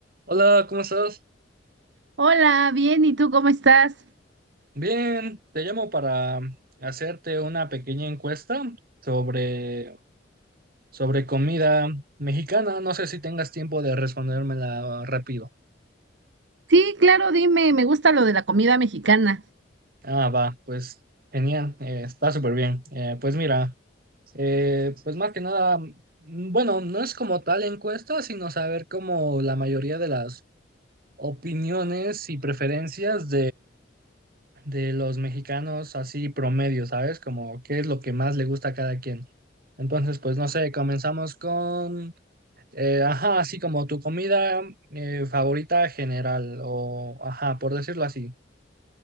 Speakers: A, on the right (about 50°); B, on the right (about 70°).
A: Hola, ¿cómo estás?
B: Hola, bien, ¿y tú cómo estás?
A: Bien, te llamo para hacerte una pequeña encuesta sobre, sobre comida mexicana. No sé si tengas tiempo de respondérmela rápido.
B: Sí, claro, dime, me gusta lo de la comida mexicana.
A: Ah, va, pues genial, eh, está súper bien. Eh, pues mira, eh, pues más que nada, mm, bueno, no es como tal encuesta, sino saber como la mayoría de las opiniones y preferencias de los mexicanos así promedio, ¿sabes? Como qué es lo que más le gusta a cada quien. Entonces, pues no sé, comenzamos con, eh, ajá, así como tu comida eh, favorita general o, ajá, por decirlo así.